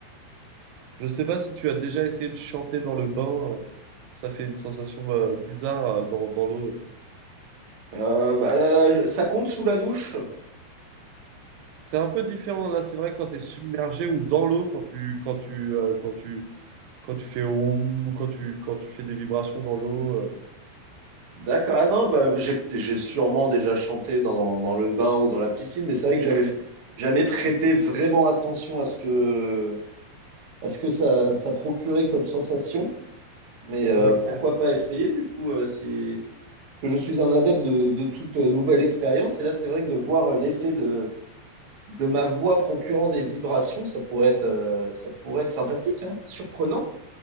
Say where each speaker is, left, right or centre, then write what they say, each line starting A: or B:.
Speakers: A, on the right; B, on the right.
A: Je sais pas si tu as déjà essayé de chanter dans le bain. euh, Ça fait une sensation euh, bizarre euh, dans, dans l'eau.
B: Euh, bah, euh, je- ça compte sous la douche?
A: C'est un peu différent là, c'est vrai quand tu es submergé ou dans l'eau quand tu quand tu euh, quand tu quand tu fais oum, ou quand tu quand tu fais des vibrations dans l'eau. euh.
B: D'accord. Ah non, bah, j'ai j'ai sûrement déjà chanté dans, dans le bain ou dans la piscine, mais c'est vrai que j'avais jamais prêté vraiment attention à ce que, à ce que ça, ça procurait comme sensation. Mais euh,
A: OK.
B: pourquoi pas essayer du coup euh, si... Parce que je suis un adepte de, de toute nouvelle expérience. Et là, c'est vrai que de voir l'effet de, de ma voix procurant des vibrations, ça pourrait être, euh, ça pourrait être sympathique, hein, surprenant.